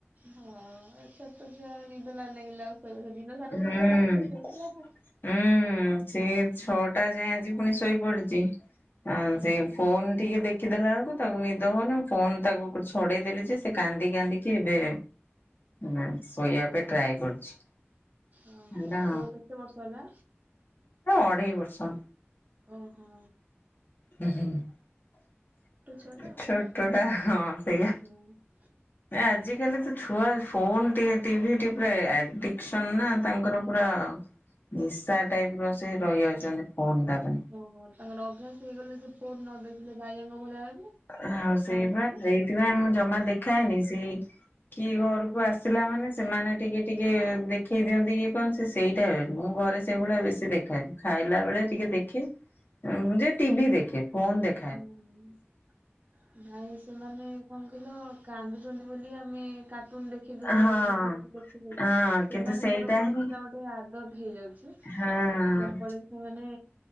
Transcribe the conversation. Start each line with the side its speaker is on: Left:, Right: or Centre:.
Right: ହଁ ଏଥର ଛୋଟ ଛୁଆ ନିଦ ନ ଲାଗିଲେ ଶୋଇବ ଦିନ ସାରା
Left: ହୁଁ
Right: ଶୋଉଥିବ ରାତିରେ ଚେଉଁଥିବ ଆଉ।
Left: ହୁଁ ସେ
Right: ହୁଁ
Left: ଛଅଟା ଯାଏ ଆଜି ପୁଣି ଶୋଇ ପଡିଛି
Right: ହୁଁ
Left: ସେ ଫୋନ ଟିକେ ଦେଖ ଦେଖିଦେଲା ବେଳକୁ ତାକୁ ନିଦ ହଉନି ମୁଁ ଫୋନ ତାକୁ ଛଡେଇଦେଲି ଯେ ସେ କାନ୍ଦି କାନ୍ଦି ଏବେ ନାଇ ଶୋଇବା ପାଇଁ ଟ୍ରାଏ କରୁଛି।
Right: ଓହୋ
Left: ହେରା
Right: ପୁଅ କେତେ ବର୍ଷ ହେଲା?
Left: ଅଢେଇ ବର୍ଷ
Right: ଓ ହୋ
Left: ହୁଁ ହୁଁ
Right: ଛୁଆ ଟା ଆଉ।
Left: ଛୋଟଟା ସେଇଆ
Right: ହଁ
Left: ଆଜିିକାଲି ତ ଛୁଆ ଫୋନ ଟି ଟିଭି ଟି ପୁରା ଆଡିକସନ ନା ତାଙ୍କର ପୁରା ନିଶା ଟାଇପ ର ସେ ରହିଯାଉଛନ୍ତି ଫୋନ ଟା ପାଇଁ।
Right: ହଁ ତାଙ୍କର ଅଭ୍ୟାସ ହେଇଗଲେ ସେ ଫୋନ ନ ଦେଖିଲେ ବାଇଆଙ୍କ ଭଳିଆ ହେବେ
Left: ଆଉ ସେଇ
Right: କାନ୍ଦିବେ।
Left: ବା ସେଇଥିପାଇଁ ମୁଁ
Right: ହୁଁ।
Left: ଜମା ଦେଖାଏନି ସେ କିଏ ଘରକୁ ଆସିଲା ମାନେ ସେମାନେ ଟିକେ ଟିକେ ଦେଖେଇ ଦିଅନ୍ତି କି କଣ ସେ ସେଇଟା ମୁଁ ଘରେ ସେଇଭଳିଆ ବେଶୀ ଦେଖାଏ ନି ଖାଇଲା ବେଳେ ଟିକେ ଦେଖେ ଯେ ଟିଭି ଦେଖେ ଫୋନ ଦେଖେ
Right: ହୁଁ ଭାଇ ସେମାନେ କଣ କହିଲ କାନ୍ଦୁଛନ୍ତି ବୋଲି ଆ ଆମେ କାର୍ଟୁନ ଦେଖି ଦଉଛି
Left: ହଁ।
Right: ଦେଖି ଦଉଛି
Left: ହଁ କିନ୍ତୁ
Right: ସେମାନଙ୍କର
Left: ସେଇଟା
Right: କଣ
Left: ହିଁ
Right: ସେଟା ଗୋଟେ ଆଦତ ହେଇଯାଉଛି।
Left: ହଁ।
Right: ଯାହା ଫଳରେ କି ସେମାନେ